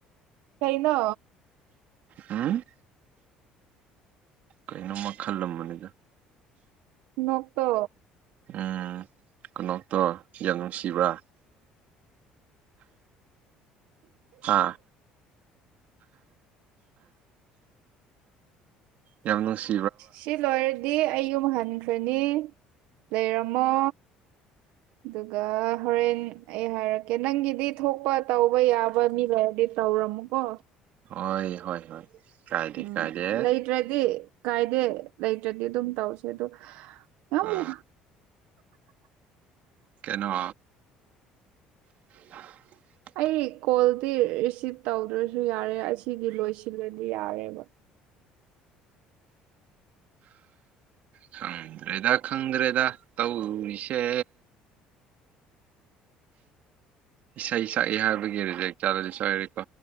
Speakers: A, on the right (about 80°); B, on the right (about 60°).
A: ꯀꯩꯅ
B: ꯎꯝ ꯀꯩꯅꯣꯝꯃ ꯈꯜꯂꯝꯕꯅꯤꯗ
A: ꯅꯀꯣꯛꯇꯣ
B: ꯎꯝ ꯀꯩꯅꯣꯇꯣ ꯌꯥꯝ ꯅꯨꯡꯁꯤꯕ꯭ꯔꯥ ꯑꯥ ꯌꯥꯝꯅꯅꯨꯡꯁꯤ
A: ꯁꯤ ꯂꯣꯏꯔꯗꯤ ꯑꯩ ꯌꯨꯝ ꯍꯟꯈ꯭ꯔꯅꯤ ꯂꯩꯔꯝꯃꯣ ꯑꯗꯨꯒ ꯍꯣꯔꯦꯟ ꯑꯩ ꯍꯥꯏꯔꯛꯀꯦ ꯅꯪꯒꯤꯗꯤ ꯊꯣꯛꯄ ꯇꯧꯕ ꯌꯥꯕ ꯃꯤ ꯂꯩꯔꯗꯤ ꯇꯧꯔꯝꯃꯨꯀꯣ
B: ꯍꯣꯏ ꯍꯣꯏ ꯍꯣꯏ ꯀꯥꯏꯗꯦ
A: ꯎꯝ
B: ꯀꯥꯏꯗꯦ
A: ꯂꯩꯇ꯭ꯔꯗꯤ ꯀꯥꯏꯗꯦ ꯂꯩꯇ꯭ꯔꯗꯤ ꯑꯗꯨꯝ ꯇꯧꯁꯦ ꯑꯗꯣ ꯅꯪꯕꯨ
B: ꯑꯥ ꯀꯩꯅꯣ <unintelligible>
A: ꯑꯩ ꯀꯣꯜꯗꯤ ꯔꯤꯁꯤꯞ ꯇꯧꯗ꯭ꯔꯁꯨ ꯌꯥꯔꯦ ꯑꯁꯤꯗꯤ ꯂꯣꯏꯁꯤꯜꯂꯗꯤ ꯌꯥꯔꯦꯕ <inaudible>
B: ꯈꯪꯗ꯭ꯔꯦꯗ ꯈꯪꯗ꯭ꯔꯦꯗ ꯇꯧꯔꯤꯁꯦ ꯏꯁꯩ ꯁꯛꯏ ꯍꯥꯏꯕꯒꯤ ꯖꯦꯛ ꯏꯛ ꯆꯥꯗꯗꯤ ꯁꯛꯔꯦꯀꯣ